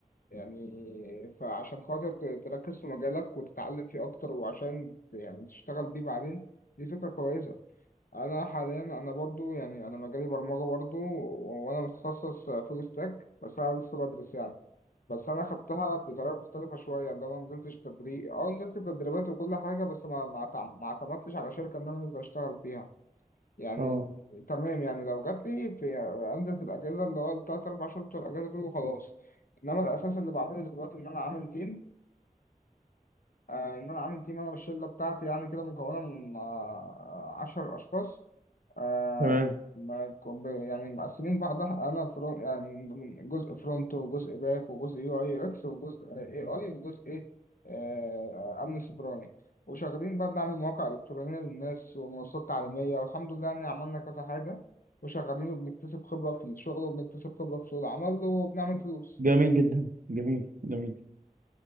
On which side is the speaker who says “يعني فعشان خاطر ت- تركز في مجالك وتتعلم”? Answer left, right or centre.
Left